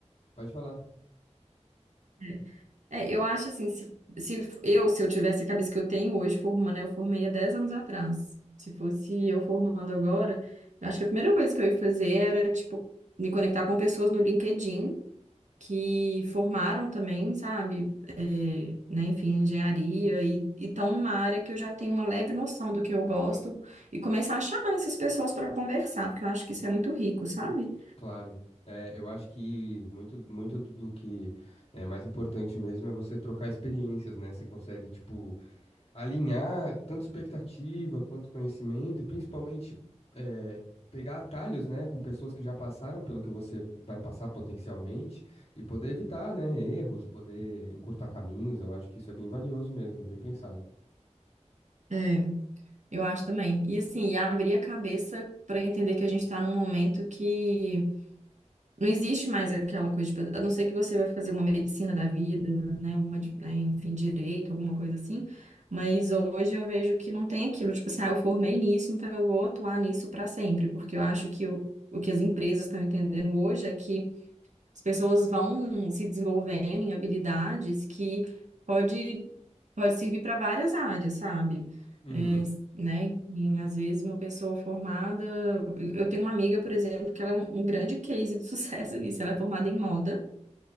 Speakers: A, on the left; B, on the right.
A: pode falar.
B: é, É, eu acho assim, se, se eu, se eu tivesse a cabeça que eu tenho hoje, formando, eu formei há 10 anos atrás. Se fosse eu formando agora, eu acho que a primeira coisa que eu ia fazer era, tipo, me conectar com pessoas no LinkedIn que formaram também, sabe? É, né, enfim, engenharia e estão numa área que eu já tenho uma leve noção do que eu gosto e começar a chamar essas pessoas para conversar, porque eu acho que isso é muito rico, sabe?
A: Claro. É, eu acho que muito, muito do do que é mais importante mesmo é você trocar experiências, né? Você consegue, tipo, alinhar tanto expectativa quanto conhecimento, e principalmente eh, pegar atalhos, né, com pessoas que já passaram pelo que você vai passar potencialmente e poder evitar, né, erros, poder encurtar caminhos. Eu acho que isso é bem valioso mesmo, bem pensado.
B: É, Eu acho também. E assim, e abrir a cabeça para entender que a gente está num momento que não existe mais aquela coisa, tipo, a não ser que você vai fazer uma medicina da vida, né, uma, de- né, enfim, direito, alguma coisa assim. Mas hoje eu vejo que não tem aquilo, tipo assim, ah, eu formei nisso, então eu vou atuar nisso para sempre, porque eu acho que o, o que as empresas estão entendendo hoje é que as pessoas vão se desenvolvendo em habilidades que pode, pode servir para várias áreas, sabe?
A: Uhum.
B: É, né? Enfim, às vezes uma pessoa formada. Eu tenho uma amiga, por exemplo, que ela é um um grande case de sucesso <laughs> nisso. Ela é formada em moda.